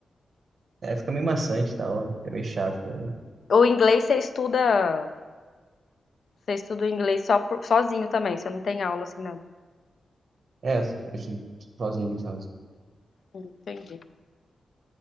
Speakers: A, on the right; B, on the left.
A: é, fica meio maçante e tal, fica meio chato também.
B: O inglês você estuda, você estuda o inglês só por- sozinho também, você não tem aula assim nada.
A: É, eu fiquei sozinho, sabe?
B: Hum, Entendi.